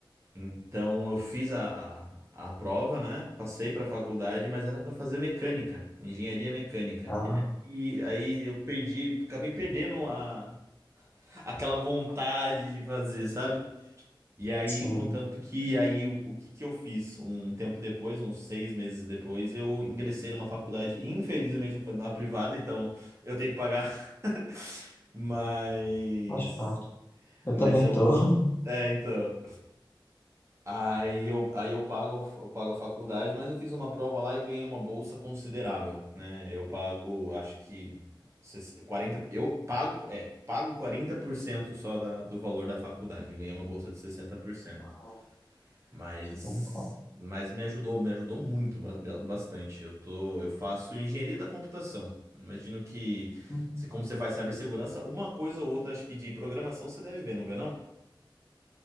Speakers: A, on the right (about 30°); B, on the left (about 25°).
A: Então eu fiz a, a, a prova, né? Passei para a faculdade, mas era para fazer mecânica, engenharia mecânica.
B: Ah,
A: E aí, aí eu perdi, acabei perdendo a, aquela vontade de fazer, sabe? E aí,
B: sim,
A: contanto que aí o, o que que eu fiz? Um tempo depois, uns seis meses depois, eu ingressei numa faculdade, infelizmente, eu fui numa privada, então eu tenho que pagar mas.
B: faz parte. Eu
A: Mas
B: também
A: eu.
B: tô.
A: É, então. Aí eu, aí eu pago, eu pago a faculdade, mas eu fiz uma prova lá e ganhei uma bolsa considerável, né? Eu pago, acho que 60 40, eu pago, é, pago 40% só da, do valor da faculdade. Eu ganhei uma bolsa de 60%
B: <laughs>
A: mas,
B: Que bom, cara.
A: mas me ajudou, me ajudou muito, ba- ba- bastante. Eu tô, eu faço engenharia da computação. Imagino que,
B: Hum,
A: se como você faz cibersegurança, uma coisa ou outra, acho que de programação você deve ver, não vê não?